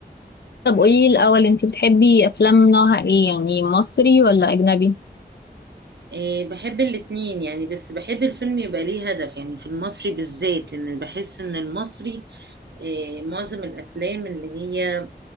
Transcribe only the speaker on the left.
طب قولي الأول انتي بتحبي أفلام نوعها ايه يعني مصري ولا أجنبي؟